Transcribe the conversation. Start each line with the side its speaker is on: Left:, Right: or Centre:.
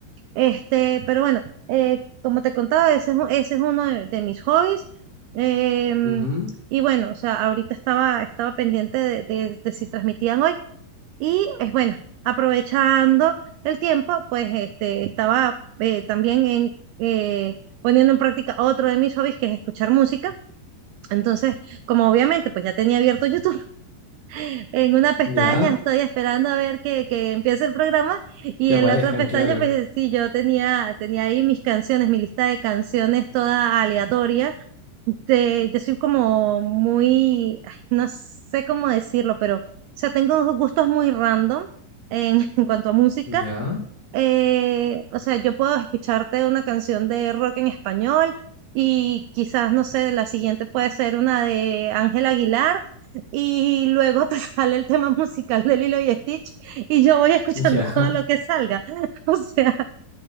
Right: Este, pero bueno, eh, como te contaba, ese es, un- ese es uno de, de mis hobbies. em,
Left: Ujú.
Right: y bueno, o sea, ahorita estaba, estaba pendiente de, de de si transmitían hoy. Y es bueno, aprovechando el tiempo, pues este, estaba eh, también en, eh, poniendo en práctica otro de mis hobbies, que es escuchar música. Entonces, como obviamente, pues ya tenía abierto YouTube, <laughs> en una pestaña
Left: Ya,
Right: estoy esperando a ver que, que empiece el programa y
Left: que
Right: en
Left: aparezcan,
Right: la otra pestaña,
Left: claro.
Right: pues sí, yo tenía, tenía ahí mis canciones, mi lista de canciones toda aleatoria de yo soy como muy, ay, no sé cómo decirlo, pero, o sea, tengo unos gustos muy random en, <laughs> en cuanto a música.
Left: Ya,
Right: Eh, o sea, yo puedo escucharte una canción de rock en español y quizás, no sé, la siguiente puede ser una de Ángel Aguilar y luego te <laughs> sale el tema musical de Lilo y Stitch y yo voy escuchando
Left: ya.
Right: todo lo que salga. <laughs> O sea,